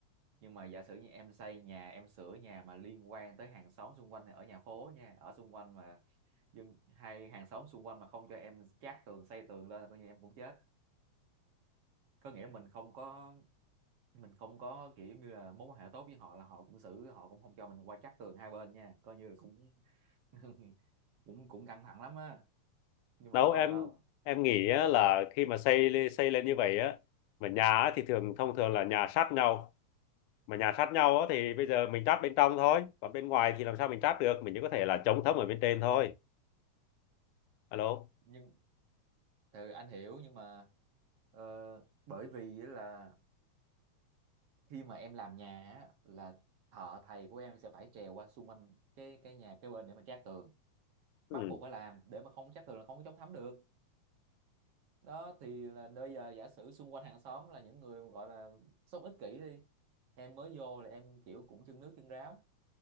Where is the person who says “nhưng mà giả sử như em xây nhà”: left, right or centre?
Right